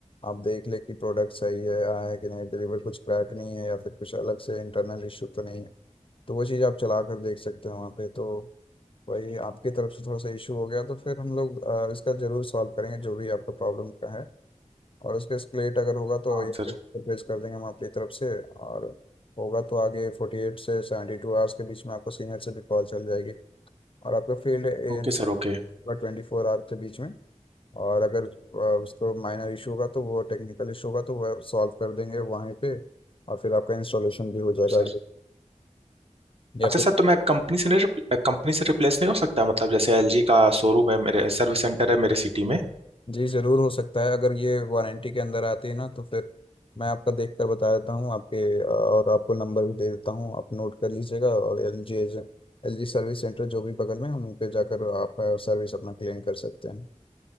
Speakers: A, on the left (about 45°); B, on the right (about 50°).
A: आप देख ले कि प्रोडक्ट सही है आया है कि नहीं डिलीवर कुछ क्रैक नहीं है या फिर कुछ अलग से इंटरनल इशू तो नहीं है तो वो चीज़ आप चला कर देख सकते हैं वहाँ पे तो वही आपकी तरफ से थोड़ा सा इशू हो गया तो फिर हम लोग अ, इसका जरूर सॉल्व करेंगे जो भी आपका प्रॉब्लम का है और उसका स्प्लिट अगर होगा तो
B: हाँ
A: या
B: sir
A: फिर पेश कर देंगे हम आपकी तरफ से और होगा तो आगे फोर्टी एट से सेवेंटी टू आवर्स के बीच में आपको सीनियर से भी कॉल चल जाएगी और आपका फील्ड एज
B: Okay sir okay
A: ट्वेंटी फोर आवर्स के बीच में और अगर अ, उसको माइनर इशू होगा तो वो टेक्निकल इशू होगा तो वह सॉल्व कर देंगे वहीं पे और फिर आपका इंस्टॉलेशन भी हो जाएगा
B: sir
A: या
B: अच्छा
A: फिर
B: सर तो मैं कंपनी से नहीं कंपनी से रिप्लेस नहीं हो सकता मतलब जैसे एलजी का शोरूम है मेरे सर्विस सेंटर है मेरे सिटी में
A: जी ज़रूर हो सकता है अगर ये वारंटी के अंदर आती है ना तो फिर मैं आपका देख कर बता देता हूँ आपके अ, और आपको नंबर भी दे देता हूँ आप नोट कर लीजिएगा और एल जी एल जी सर्विस सेंटर जो भी बगल में है, उन पे जाकर आप अ, सर्विस अपना क्लेम कर सकते हैं